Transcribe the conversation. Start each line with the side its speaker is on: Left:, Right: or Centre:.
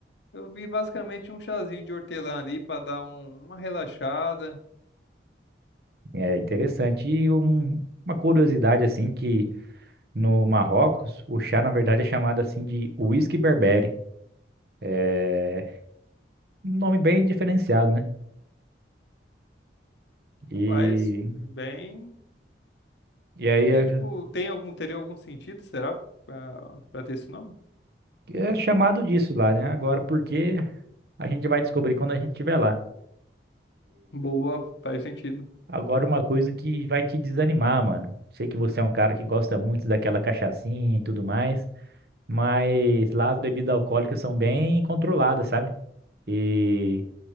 Left: Eu vi basicamente um chazinho de hortelã ali pra dar um- uma relaxada.
Right: É interessante. E um- uma curiosidade, assim, que no Marrocos, o chá, na verdade, é chamado, assim, de whisky berbere. É um nome bem diferenciado, né? E,
Left: Rapaz, bem.
Right: e aí
Left: Porque,
Right: é,
Left: tipo, tem algum, teria algum sentido, será? Pra, pra ter esse nome?
Right: é chamado disso lá, né? Agora, por quê? A gente vai descobrir quando a gente estiver lá.
Left: Boa, faz sentido.
Right: Agora uma coisa que vai te desanimar, mano. Sei que você é um cara que gosta muito daquela cachaçinha e tudo mais, mas lá as bebidas alcoólicas são bem controladas, sabe? E